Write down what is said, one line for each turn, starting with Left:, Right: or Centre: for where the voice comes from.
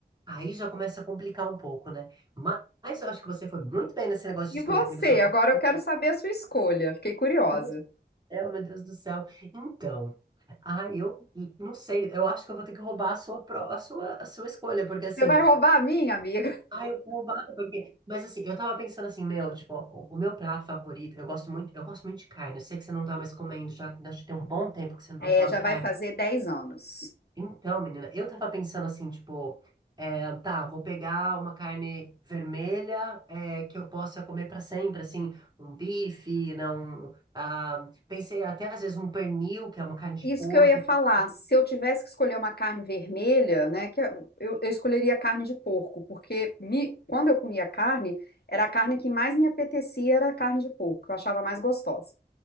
Right: aí já começa a complicar um pouco, né? Ma- Mas, eu acho que você foi muito bem nesse negócio de
Left: E
Right: escolher
Left: você?
Right: comida japonesa.
Left: Agora eu quero saber a sua escolha. Fiquei curiosa.
Right: Meu Deus do céu, meu Deus do céu. Então, ah, eu não sei, eu acho que eu vou ter que roubar a sua, pro- a sua, a sua escolha, porque assim,
Left: Você vai roubar a minha, amiga?
Right: ah, eu vou roubar, porque. Mas assim, eu tava pensando assim, meu, tipo, o, o meu prato favorito, eu gosto muito, eu gosto muito de carne. Eu sei que você não tá mais comendo, já, já tem um bom tempo que você não
Left: É,
Right: come
Left: já
Right: carne.
Left: vai fazer 10 anos.
Right: Então, menina, eu tava pensando assim, tipo, é, tá, vou pegar uma carne vermelha é, que eu possa comer pra sempre, assim, um bife, não, ah, pensei até às vezes um pernil, que é uma carne de
Left: Isso
Right: porco,
Left: que eu ia falar, se eu tivesse que escolher uma carne vermelha, né, que eu, eu escolheria carne de porco, porque me- quando eu comia carne, era a carne que mais me apetecia era a carne de porco, que eu achava mais gostosa.